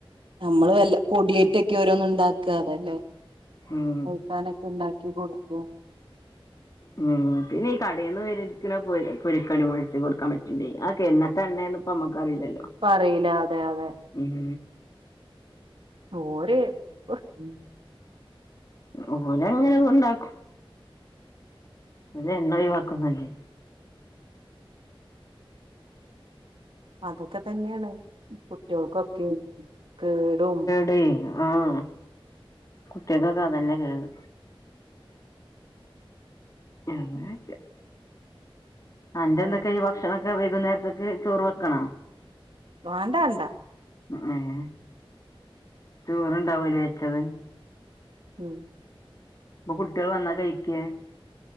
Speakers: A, on the right (about 65°); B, on the left (about 40°).
A: നമ്മള് വല്ല കൊട്യെയ്റ്റൊക്കൊരോന്ന്ണ്ടാക്ക തല്ല
B: ഉം
A: കൂട്ടാനൊക്കെ ണ്ടാക്കി കൊടുക്കോ
B: ഉം പിന്നെ ഈ കടേന്ന് വേടിക്കലാ പൊരി പൊരി കടികളൊക്കെ കൊടുക്കാൻ പറ്റൂല്ലേ അക്കെന്നത്തെണ്ണെണ് പ്പമ്മക്കറിലല്ലോ
A: ക്കറീല അതെ യതെ
B: ഉം
A: ഓര് <unintelligible> ഉം
B: ഓരങ്ങനത്ണ്ടാക്കും ഇത് അമ്മള് ഒഴിവാക്കുന്നല്ലേ
A: അതൊക്കെ തെന്നെണ് കുട്ട്യെൾക്കൊക്കെ കേടും.
B: ടും ആഹ് കുട്ട്യെക്കൊക്കെ അതെന്നെ കേട്. അങ്ങനെക്കെ അന്റെന്തൊക്കെ
A: വേണ്ട
B: ഈ ഭക്ഷണൊക്കെ വൈകുന്നേരത്തേക്ക് ചോറ് വെക്കണോ?
A: വാണ്ടാ വാണ്ടാ
B: ഉം ചോറ്ണ്ടാവുലെ വെച്ചത്
A: ഉം
B: ഇപ്പ കുട്ട്യെള് വന്നാ കഴിക്ക?